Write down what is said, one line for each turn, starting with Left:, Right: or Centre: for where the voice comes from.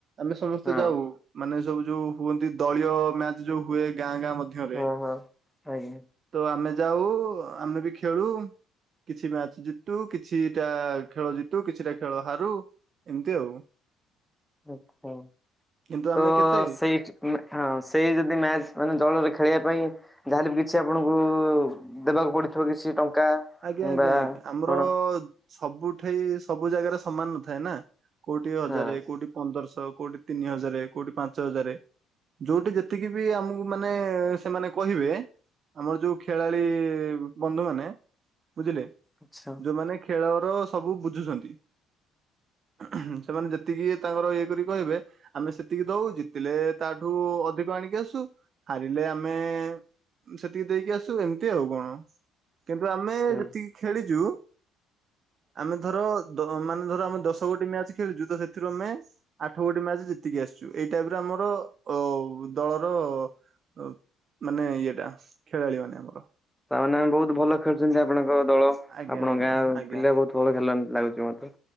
Right: ଆମେ ସମସ୍ତେ
Centre: ହଁ।
Right: ଯାଉ ମାନେ ସବୁ ଯୋଉ ହୁଅନ୍ତି ଦଳୀୟ ମ୍ୟାଚ ଯୋଉ ହୁଏ ଗାଁ ଗାଁ ମଧ୍ୟରେ
Centre: ହଁ ହଁ ଆଜ୍ଞା
Right: ତ ଆମେ ଯାଉ ଆମେ ବି ଖେଳୁ। କିଛି ମ୍ୟାଚ ଜିତୁ କିଛିଟା ଖେଳ ଜିତୁ କିଛିଟା ଖେଳ ହାରୁ। ଏମିତି ଆଉ।
Centre: ଆଚ୍ଛା
Right: କିନ୍ତୁ ଆମେ
Centre: ତ
Right: କେତେ
Centre: ସେଇଠି ଉଁ ହଁ ସେଇ ଯଦି ମ୍ୟାଚ ମାନେ ଦଳରେ ଖେଳିବା ପାଇଁ ଯାହାହେଲେ ବି କିଛି ଆପଣଙ୍କୁ ଦେବାକୁ ପଡିଥିବ କିଛି ଟଙ୍କା?
Right: ଆଜ୍ଞା
Centre: କିମ୍ବା
Right: ଆଜ୍ଞା ଆଜ୍ଞା ଆମର
Centre: କଣ
Right: ସବୁଠେଇ ସବୁ ଜାଗାରେ ସମାନ ନଥାଏ ନା? କୋଉଠି ହଜାରେ
Centre: ହଁ
Right: କୋଉଠି ପନ୍ଦରଶହ କୋଉଠି ତିନି ହଜାରେ କୋଉଠି ପାଞ୍ଚ ହଜାରେ ଯୋଉଠି ଯେତିକି ବି ଆମକୁ ମାନେ ସେମାନେ କହିବେ ଆମର ଯୋଉ ଖେଳାଳି ବନ୍ଧୁ ମାନେ ବୁଝିଲେ
Centre: ଆଚ୍ଛା
Right: ଯୋଉମାନେ ଖେଳର ସବୁ ବୁଝୁଛନ୍ତି। ହୁଁ ସେମାନେ ଯେତିକି ତାଙ୍କର ଇଏ କରି କହିବେ ଆମେ ସେ ଜେତିକି ଦଉ ଜିତିଲେ ତାଠୁ ଅଧିକ ଆଣିକି ଆସୁ ହାରିଲେ ଆମେ ସେତିକି ଦେଇକି ଆସୁ ଏମିତି ଆଉ କଣ କିନ୍ତୁ ଆମେ
Centre: ହୁଁ।
Right: ଯେତିକି ଖେଳିଛୁ <inaudible> ଆମେ ଧର ଦ ମାନେ ଧର ଆମେ ଦଶ ଗୋଟି ମ୍ୟାଚ ଖେଳିଛୁ ତ ସେଥିରୁ ଆମେ ଆଠ ଗୋଟି ମ୍ୟାଚ ଜି ଜିତିକି ଆସିଛୁ ଏଇ ଟାଇପ୍ ର ଆମର ଅ ଦଳର ଅ ମାନେ ଇଏଟା ଖେଳାଳି ମାନେ ଆମର।
Centre: ତା ମାନେ ବହୁତ ଭଲ ଖେଳୁଛନ୍ତି ଆପଣଙ୍କ ଦଳ?
Right: ଆଜ୍ଞା
Centre: ଆପଣଙ୍କ
Right: ଆଜ୍ଞା
Centre: ଗାଁ
Right: ଆଜ୍ଞା।
Centre: ପିଲା ବହୁତ ଭଲ ଖେଲନ୍ତି ଲାଗୁଛି ମତେ।